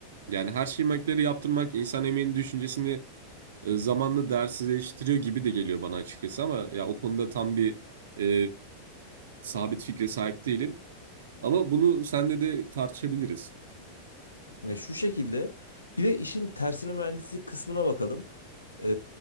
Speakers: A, on the right; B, on the left.
A: Yani her şeyi makineleri yaptırmak insan emeğinin düşüncesini e, zamanla değersizleştiriyor gibi de geliyor bana açıkçası ama ya o konuda tam bir e, sabit fikre sahip değilim. Ama bunu senle de tartışabiliriz.
B: Ya şu şekilde bir de işin tersine mühendislik kısmına bakalım. Ee,